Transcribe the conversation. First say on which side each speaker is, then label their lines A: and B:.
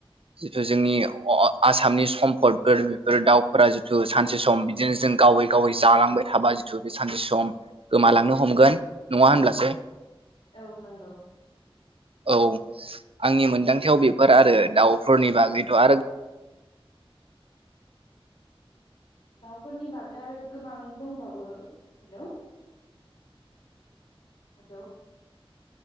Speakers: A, on the right; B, on the left.
A: जिथु जोंनि आसामनि सम्फदफोर बेफोर दाउफोरा जिथु सानसे सम बिदिनो जों गावै गावै जालांबाय थाबा जिथु बे सानसे सम गोमालांनो हमगोन नङा होनब्ला <unintelligible>
B: औ नंगौ
A: औ आंनि मोनदांथिाव बेफोर आरो दाउफोरनि बागैथ' आरो
B: दाउफोरनि बागै आरो गोबां दंबावो हेल' हेल